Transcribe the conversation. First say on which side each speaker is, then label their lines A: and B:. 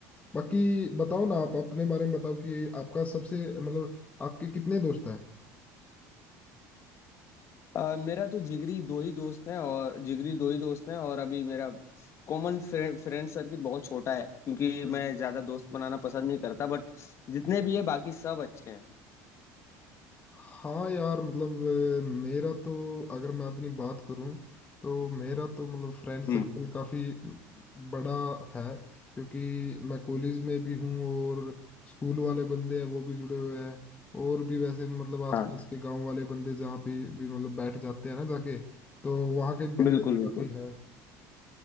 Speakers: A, on the left (about 20°); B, on the left (about 40°).
A: बाकी बताओ ना आप अपने बारे में बताओ कि आपका सबसे मतलब आपके कितने दोस्त हैं
B: अ, मेरा तो जिगरी दो ही दोस्त हैं और जिगरी दो ही दोस्त हैं और अभी मेरा कॉमन फ्रेंड फ्रेंड सर्किल बहुत छोटा है क्योंकि
A: हम्म।
B: मैं ज्यादा दोस्त बनाना पसंद नहीं करता बट जितने भी है बाकी सब अच्छे हैं
A: हाँ यार मतलब अ, मेरा तो अगर मैं अपनी बात करूं तो मेरा तो मतलब फ्रेंड सर्कल
B: हम्म
A: काफ़ी बड़ा है क्योंकि मैं कॉलेज में भी हूँ और स्कूल वाले बंदे हैं वो भी जुड़े हुए हैं और भी वैसे भी मतलब आसपास
B: हाँ
A: के गांव वाले बंदे जहाँ पे भी मतलब बैठ जाते हैं ना जाके तो वहाँ के बंदे
B: बिल्कुल
A: भी
B: बिल्कुल
A: काफ़ी है